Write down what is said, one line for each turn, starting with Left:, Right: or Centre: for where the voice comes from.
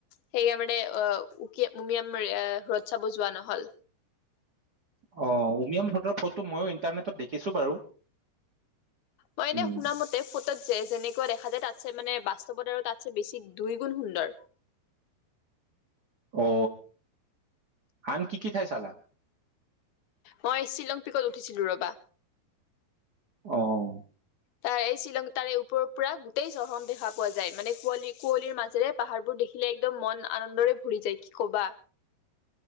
Left: সেয়ে মানে অ উকীয়াম উমিয়াম। <unintelligible> নহল।
Right: অ উমিয়াম। ফটো ময়ো ইণ্টাৰনেটত দেখিছোঁ বাৰু।
Left: অঁ এনেই
Right: উম
Left: শুনা মতে ফতত যেনেকুৱা দেখা যায়, তাতছে মানে, বাস্তৱত আৰু তাতছে বেছি দুই গুণ সুন্দৰ।
Right: অ আন কি কি ঠাই চালা?
Left: মই শ্বিলং পিকত উঠিছিলোঁ ৰবা।
Right: অহ।
Left: তাৰ এই শ্বিলং তাৰে উপওৰ। পুৰা গোটেই চহ। দেখা পোৱা যায়, মানে পোৱালি। কুঁৱলীৰ মাজেৰে পাহাৰবোৰ দেখিলে একদম মন আনন্দৰে ভৰি যায়, কি কবা!